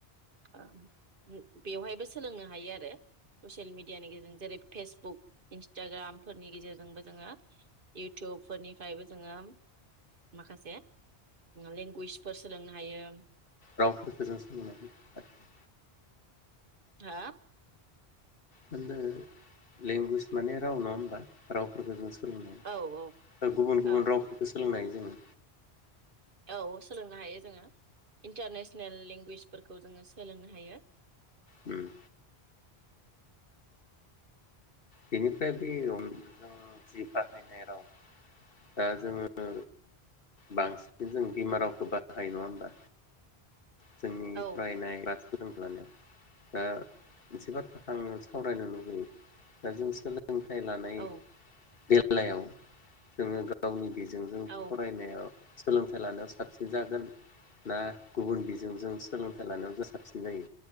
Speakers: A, on the right (about 55°); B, on the left (about 60°).
A: ओ बेवहायबो सोलोंनो हायो आरो ससियेल मेडियानि गेजेरजों जेरै फेसबुक इन्सटाग्रामफोरनि गेजेरजोंबो जोंङो इउटुबफोरनिफ्रायबो जोंङो माखासे लेंगुवेजफोर सोलोंनो हायो।
B: रावफोरखौ जों सोलोंनानै लानो हायो।
A: हो
B: होनदो लेंगुवेज माने राव नङा होमबा रावफोरखौ जों स
A: औ औ
B: गुबुन गुबुन
A: औ
B: रावफोरखौ सोलोंनाय उम्म
A: औ सोलोंनो हायो जोंङो इन्टारनेसनेल लेंगुवेजफोरखौ जोंङो सोलोंनो हायो।
B: उम्म बेनिफ्राय बे ओम जों जि बाहायनाय राव दा जोंङो बांसिन जों बिमा रावखौ बाहायो नङा होमबा। जोंनि
A: औ
B: फ्राय नायग्रा सोलोंग्रानियाव दा एसे बाथ्राखौ आंङो सावरायनो लुुबैयो। दा जों सोलों सोलोंथाइ लानाय
A: औ
B: बेल बेलायाव जोंङो गावनि बिस जों
A: औ ओ
B: फरायनायाव सोलोंथाइ लानायाव साबसिन जागोन ना गुबुन बिजोंजों सोलोंथाइ लानायाव जों साबसिन जायो